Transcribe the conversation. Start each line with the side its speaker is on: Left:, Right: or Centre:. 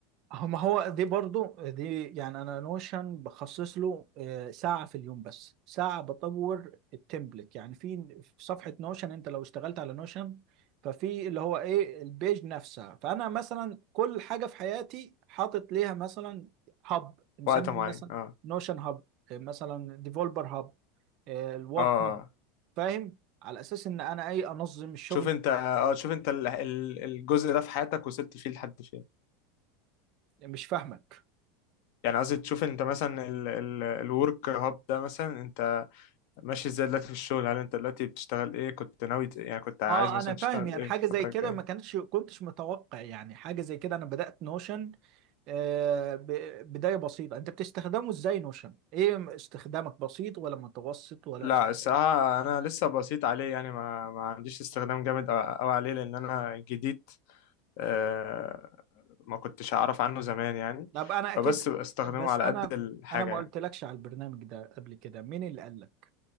Right: هو ما هو دي برضو دي يعني انا نوشن بخصص له آه، ساعة في اليوم بس ساعة بطور التمبلت يعني في في صفحة نوشن انت لو اشتغلت على نوشن ففي اللي هو ايه البيج نفسها فانا مثلا كل حاجة في حياتي حاطط ليها مثلا هاب مسمي
Left: وقت معين
Right: مثلا
Left: اه
Right: نوشن هاب آه، مثلا ديفولبر هاب الورك
Left: اه آه.
Right: هاب فاهم على اساس ان انا ايه انظم الشغل
Left: شوف انت اه شوف انت ال- ال- الجزء ده في حياتك وصلت فيه لحد فين
Right: مش فاهمك
Left: يعني قصدي تشوف انت مثلا الورك هاب ده مثلا انت ماشي ازاي دلوقتي في الشغل هل انت دلوقتي بتشتغل ايه كنت ناوي ت- يعني كنت
Right: اه
Left: عايز مثلا
Right: انا فاهم
Left: تشتغل
Right: يعني
Left: ايه
Right: حاجه
Left: في
Right: زي
Left: الفترة
Right: كده
Left: الجاية
Right: ما كانتش كنتش متوقع يعني حاجه زي كده انا بدات نوشن آه ب- بدايه بسيطه انت بتستخدمه ازاي نوشن ايه استخدامك بسيط ولا متوسط ولا
Left: لا
Right: است...
Left: الصراحة انا لسه بسيط عليه يعني ما ما عنديش استخدام جامد قوي عليه لان انا جديد آه ما كنتش اعرف عنه زمان يعني
Right: طب انا
Left: فبس
Right: اكيد
Left: بستخدمه
Right: بس
Left: على
Right: انا
Left: قد الحاجة
Right: انا ما
Left: يعني
Right: قلتلكش على البرنامج ده قبل كده مين اللي قال لك